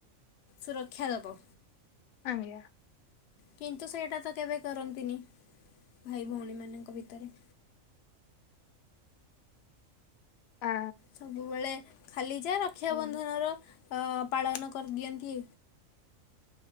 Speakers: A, on the left (about 60°); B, on the left (about 85°).
A: ସୁରକ୍ଷା ଦବ।
B: ଆଜ୍ଞା।
A: କିନ୍ତୁ ସେଇଟା ତ କେବେ କରନ୍ତିନି ଭାଇ ଭଉଣୀ ମାନଙ୍କ ଭିତରେ।
B: ଆ
A: ସବୁବେଳେ ଖାଲି ଯା ରକ୍ଷାବନ୍ଧନର
B: ହଁ
A: ପାଳନ କରିଦିଅନ୍ତି।